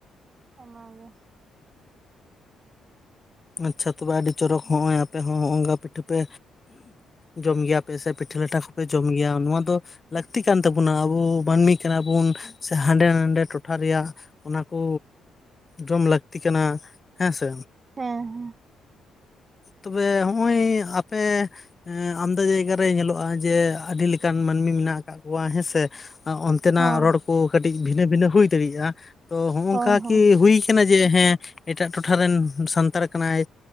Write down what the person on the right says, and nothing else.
ᱚᱱᱟᱜᱮ
ᱦᱮᱸ ᱦᱮᱸ
ᱦᱳᱭ
ᱦᱳᱭ ᱦᱳᱭ